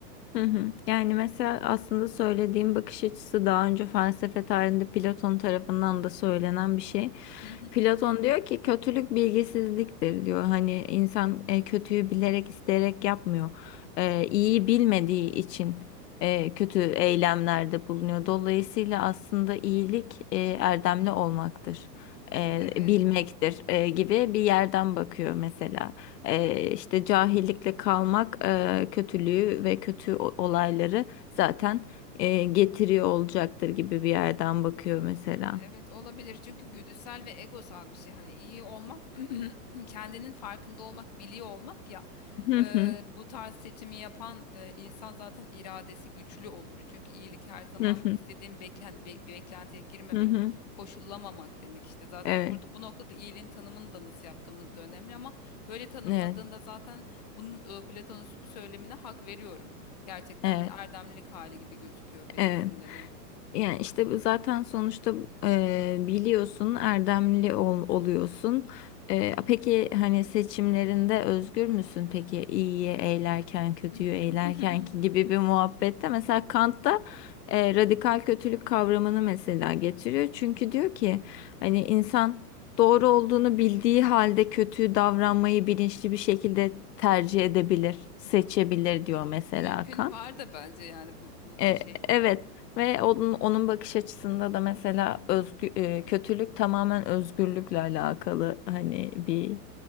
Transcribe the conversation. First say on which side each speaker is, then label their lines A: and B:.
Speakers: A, on the left; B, on the left.
A: Hı hı. Yani mesela aslında söylediğim bakış açısı daha önce felsefe tarihinde Platon tarafından da söylenen bir şey.
B: <laughs>
A: Platon diyor ki kötülük bilgisizliktir diyor. Hani insan e, kötüyü bilerek isteyerek yapmıyor. E, iyiyi bilmediği için e, kötü eylemlerde bulunuyor. Dolayısıyla aslında iyilik e, erdemli olmaktır. E,
B: Evet.
A: bilmektir e, gibi bir yerden bakıyor mesela. Ee, işte cahillikle kalmak e, kötülüğü ve kötü o- olayları zaten e, getiriyor olacaktır gibi bir yerden bakıyor mesela.
B: Evet olabilir çünkü güdüsel ve egosal bir şey. Hani iyi olmak, <clears throat> kendinin farkında olmak, biliyor olmak ya.
A: Hı
B: Eee,
A: hı,
B: bu tarz seçimi yapan eee, insan zaten iradesi güçlü olur. Çünkü iyilik her zaman
A: hı hı,
B: istediğin beklen hani be- beklentiye girmemek,
A: hı hı.
B: koşullamamak demek. işte zaten
A: Evet,
B: burada bu noktada iyiliğin tanımını da nasıl yaptığımız da önemli ama böyle tanımladığında
A: evet,
B: zaten bunun eee, Platon'un bu söylemine hak veriyorum. Gerçekten
A: evet,
B: bir erdemlilik hali gibi gözüküyor benim
A: evet.
B: gözümde de.
A: Yani işte bu zaten sonuçta e, biliyorsun erdemli ol- oluyorsun. E, peki hani seçimlerinde özgür müsün? Peki iyiyi eğlerken kötüyü
B: <laughs>
A: eğlerken ki gibi bir muhabbette mesela Kant'ta e, radikal kötülük kavramını mesela getiriyor. Çünkü diyor ki hani insan doğru olduğunu bildiği halde kötü davranmayı bilinçli bir şekilde tercih edebilir, seçebilir diyor mesela
B: Mümkün
A: Kant.
B: var da bence yani bu bu
A: E,
B: bu şey.
A: evet ve onun, onun bakış açısında da mesela özgü, e, kötülük tamamen özgürlükle alakalı hani bir